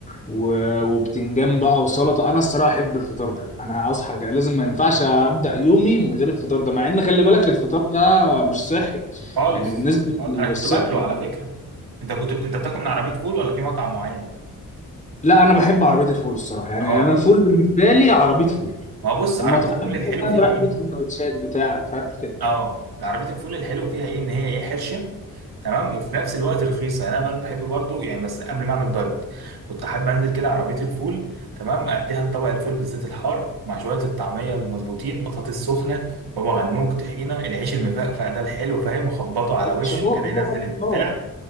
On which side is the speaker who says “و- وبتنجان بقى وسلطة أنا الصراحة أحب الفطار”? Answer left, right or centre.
Left